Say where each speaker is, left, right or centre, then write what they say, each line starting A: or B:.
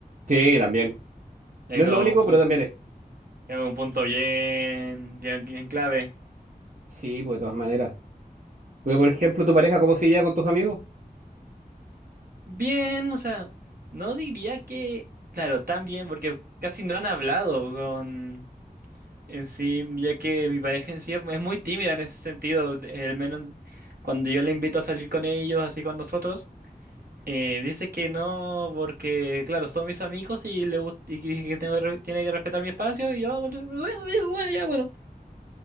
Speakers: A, on the right; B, on the right.
A: Sí, también.
B: Es
A: No es
B: como
A: lo único,
B: un punto,
A: pero también es.
B: es un punto bien, bien, bien clave.
A: Sí, pues de todas maneras. Pero, por ejemplo, tu pareja, ¿cómo se lleva con tus amigos?
B: Bien, o sea, no diría que, claro, tan bien, porque casi no han hablado con en sí, ya que mi pareja en sí es es muy tímida en ese sentido, eh, al menos cuando yo le invito a salir con ellos, así con nosotros, eh, dice que no, porque, claro, son mis amigos y le gusta, y que dije que tengo que re- tiene que respetar mi espacio, y yo, "Ah, bueno, bueno, bueno, ya, bueno.